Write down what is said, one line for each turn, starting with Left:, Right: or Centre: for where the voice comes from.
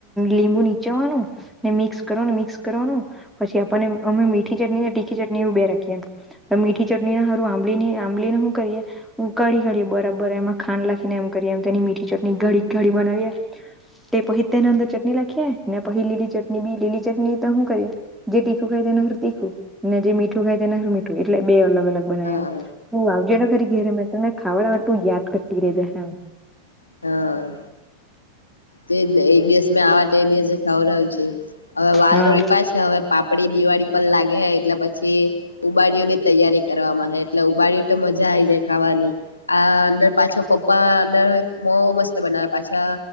Centre: લીંબુ નીચાવાનું ને મિક્સ કરવાનુ મિક્સ કરવાનું પછી આપણને અમે મીઠી ચટણી તીખી ચટણી એવું બે રાખીએ એમ તો મીઠી ચટણી ને હારું આંબલીની આંબલીને હું કરીએ ઉકાળી કાઢીએ બરાબર એમાં ખાંડ લા ખીને એમ કરીમ મીઠી ચટણી ઘડી ઘડી બનાવીએ તે પહી તેના અંદર ચટણી લાખીએ ને પહી લીલી ચટણી બી લીલી ચટણી તો હું કરીએ જે ટીખું ખાઈ એને એના હારું તીખું ને જે મીઠું ખાય તે એના હારું મીઠું એટલે બે અલગ અલગ બનાવી
Left: હા
Centre: એમ તું આવજે તો ખરી ઘેર મેં તને ખવડાવવા તું યાદ કરતી રે જાહે
Left: હા તેજ ને એક દિવસ મેં આવા તે દિવસે ખવડાવજે હવે વાલ
Centre: હા
Left: રોયપા છે હવે પા પાપડી તો દિવાળી પર લાગહે એટલે પછી ઉબાડ્યું ની તૈયારી કરવાવામાં હે એટલે ઉબાડ્યું તો મજા આવી જાય ખાવાની આ અંદર પાછો પપ્પા અંદર બો મસ્ત બનાવે પાછા